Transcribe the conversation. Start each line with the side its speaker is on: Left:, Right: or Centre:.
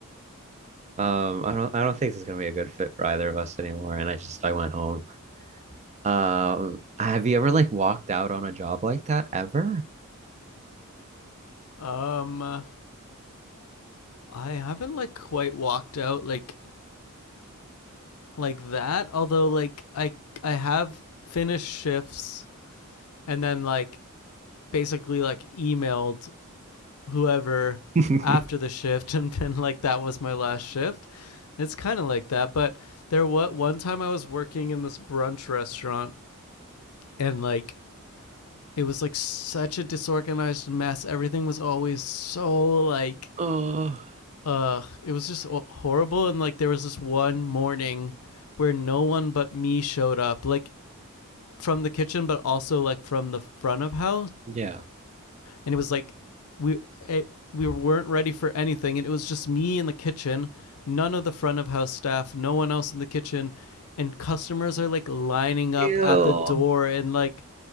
Right: um, I don't, I don't think this is going to be a good fit for either of us anymore. And I just, I went home. Um, have you ever like walked out on a job like that ever?
Left: Um, uh, I haven't like quite walked out like like that. Although like I I have finished shifts and then like basically like emailed whoever
Right: <laughs>
Left: after the shift <laughs> and been like, that was my last shift. It's kind of like that. But there what one time I was working in this brunch restaurant and like it was like such a disorganized mess. Everything was always so like
Right: Oh,
Left: uh it was just horrible and like there was this one morning where no one but me showed up like from the kitchen but also like from the front of house
Right: Yeah.
Left: and it was like we it, we weren't ready for anything and it was just me in the kitchen none of the front of house staff no one else in the kitchen and customers are like lining up
Right: ew,
Left: at the door and like